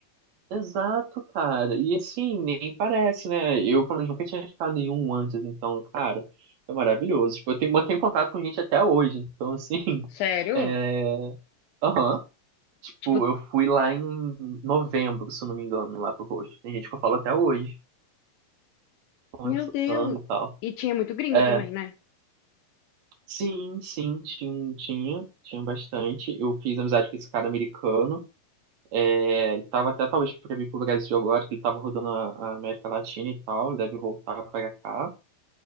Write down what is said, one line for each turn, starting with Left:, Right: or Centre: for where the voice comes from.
Right: exato, cara. E assim, nem parece, né? Eu, pelo menos, nunca tinha ficado nenhum antes, então, cara, foi maravilhoso. Tipo, eu tenho, mantenho contato com gente até hoje, então, assim, <laughs>
Left: Sério?
Right: é. Aham. Tipo,
Left: Tipo,
Right: eu fui lá em novembro, se eu não me engano, lá pro Roxo. Tem gente que eu falo até hoje, conversando
Left: meu Deus.
Right: e tal.
Left: E tinha muito gringo
Right: É,
Left: também, né?
Right: sim, sim, tinha, tinha, tinha bastante. Eu fiz amizade com esse cara americano. É, ele tava até talvez pra vir pro Brasil agora, que ele tava rodando a, a América Latina e tal, deve voltar pra cá.